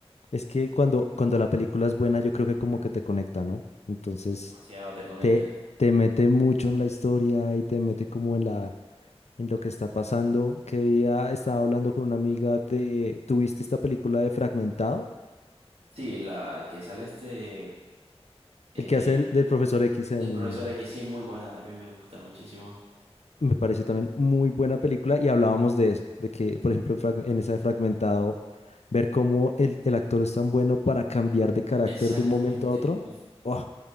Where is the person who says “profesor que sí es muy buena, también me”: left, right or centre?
Right